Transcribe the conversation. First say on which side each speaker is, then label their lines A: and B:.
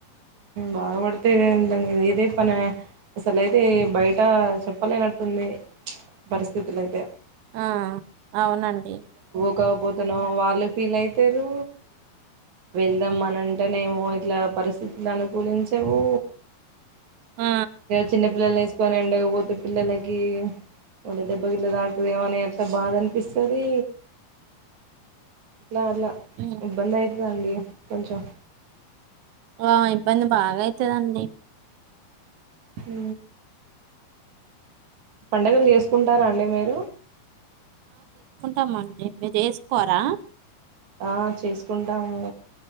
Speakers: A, on the right; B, on the right.
A: బాగాపడితే ఏంటండి ఇదితే పన అసలుయితే బయట చెప్పలేనట్టుంది పరిస్థితులుయితే
B: ఆ అవునండి
A: వెళ్లకపోతే నో వాళ్ళు ఫీల్ అయితరూ.. వెళ్దాం అన అంటేనేమో ఇట్లా పరిస్థితులు అనుకూలించవు.
B: ఆ
A: చిన్నపిల్లలను వేసుక్ పట్టుకొని ఎండ కు పోతే పిల్లలకి ఒలా దెబ్బ గిట్ల దాకుతడెమోనని ఎంత బాధ అనిపిస్తంది ఇది.. అలా అలా
B: ఉమ్.
A: ఇబ్బంధయ్ ద్ రండి కొంచం
B: ఆ ఇబ్బంది బాగా అయితదండి
A: ఊ పండుగలు జేసుకుంటారా అండి మీరు?
B: ఉంటామండి మీరు చేసుకోరా
A: ఆ చేసుకుంటాము